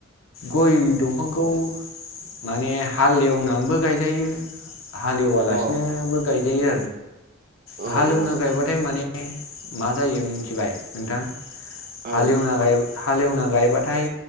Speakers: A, on the left (about 85°); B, on the right (about 45°).
A: गय दंफांखौ माने हाल एवनानैबो गायजायो हाल लासिनोबो
B: अ औ
A: गायजायो
B: औ
A: आरोना हालेवना गायबाथाय मान मा जायो मिथिबाय नोंथां
B: औ
A: हालेवना हालेवना गायबाथाय